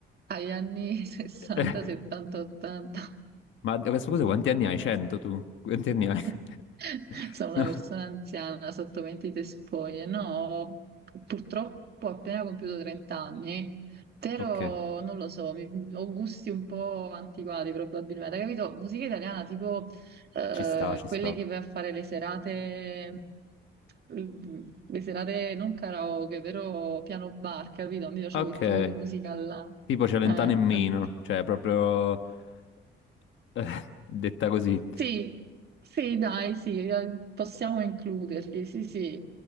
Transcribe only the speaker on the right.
agli anni <laughs> 60,
70, 80.
<laughs>
Sono una
persona anziana sotto mentite spoglie. No, purtroppo ho appena compiuto 30 anni, però
non lo so, mi- ho gusti un po' antiquati probabilmente. Capito? Musica italiana tipo eh,
quelle
che vai a fare le serate, mm, le serate non karaoke, però piano bar, capito? Mi piace
quel tipo di musica là.
Eh, a-
sì, sì, dai, sì, eh, possiamo includerli, sì, sì.